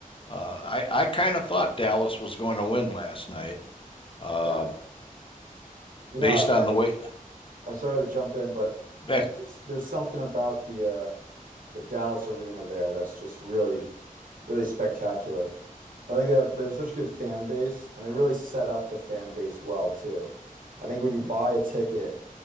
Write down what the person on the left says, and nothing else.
uh, I I kind of thought Dallas was going to win last night, uh,
based
on the way
that